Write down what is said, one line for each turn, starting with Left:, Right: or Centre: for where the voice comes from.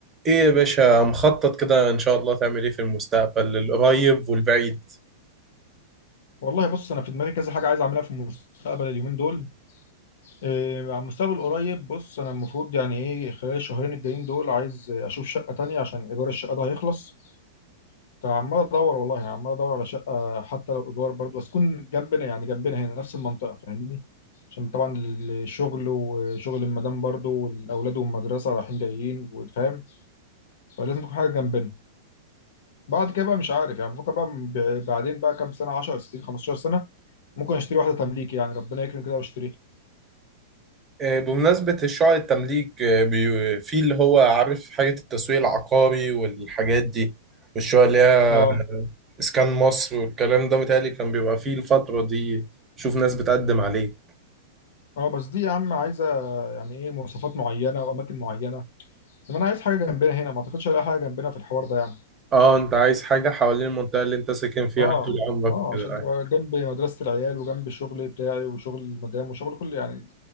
Right: ايه يا باشا مخطط كده ان شاء الله تعمل ايه في المستقبل القريب والبعيد
Left: والله بص انا في دماغي كذا حاجه عايز اعملها في المستقبل اليومين دول إيه على المستقبل القريب بص انا المفروض يعني ايه خلال الشهرين الجايين دول عايز اشوف شقه تانية عشان ايجار الشقه ده هيخلص فعمال ادور والله يعني عمال ادور على شقه حتى لو ايجار برضه بس تكون جنبنا يعني جنبنا هنا نفس المنطقه فاهمني عشان طبعا الشغل وشغل المدام برضه والاولاد والمدرسه رايحين جايين وفاهم فلازم تكون حاجه جنبنا بعد كده بقى مش عارف يعني بفكر بقى ب- بعدين بقى كام سنه 10 سنين 15 سنه ممكن اشتري واحده تمليك يعني ربنا يكرم كده واشتريها
Right: آه، بمناسبة الشعر التمليك آه، بي- في اللي هو عارف حاجة التسويق العقاري والحاجات دي والشعر اللي هي
Left: اه
Right: اسكان مصر والكلام ده متهيألي كان بيبقى فيه الفترة دي شوف ناس بتقدم عليه
Left: اه بس دي يا عم عايزه يعني ايه مواصفات معينه واماكن معينه طب انا عايز حاجه جنبنا هنا ما اعتقدش الاقي حاجه جنبنا في الحوار ده يعني
Right: اه انت عايز حاجة حوالين المنطقة اللي انت ساكن فيها
Left: اه
Right: طول عمرك
Left: اه
Right: وكده
Left: عشان تبقى جنب مدرسه العيال وجنب الشغل بتاعي وشغل المدام وشغل كل يعني